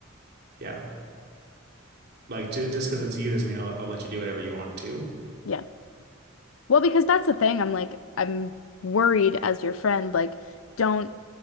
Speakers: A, on the right; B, on the left.
A: yeah like j just because it's you doesn't mean I'll, I'll let you do whatever you want to
B: Yeah. Well, because that's the thing. I'm like, I'm worried as your friend, like, don't